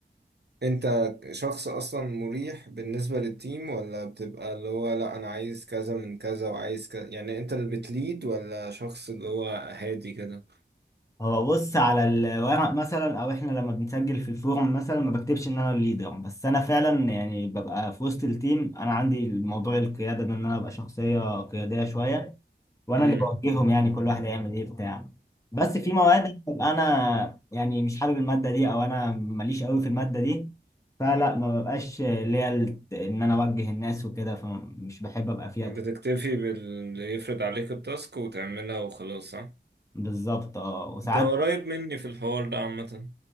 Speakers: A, on the right (about 65°); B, on the left (about 15°).
A: انت شخص اصلا مريح بالنسبة للتيم ولا بتبقى اللي هو لا انا عايز كذا من كذا وعايز كذا يعني انت اللي بتليد ولا شخص اللي هو هادي كده
B: هو بص على الورق مثلا او احنا لما بنسجل في الفورم مثلا ما بكتبش ان انا الليدر بس انا فعلا يعني ببقى في وسط التيم انا عندي الموضوع القياده ده ان انا ابقى شخصيه قياديه شويه وانا
A: امم
B: اللي بوجههم يعني كل واحد هيعمل ايه بتاع بس في مواد ببقى انا يعني مش حابب الماده دي او انا ماليش قوي في الماده دي فلا ما ببقاش ليا ال- ان انا اوجه الناس وكده فمش بحب ابقى فيها
A: بتكتفي
B: تيم
A: باللي يفرض عليك التاسك وتعملها وخلاص صح؟
B: بالظبط اه وساعات
A: انت قريب مني في الحوار ده عامة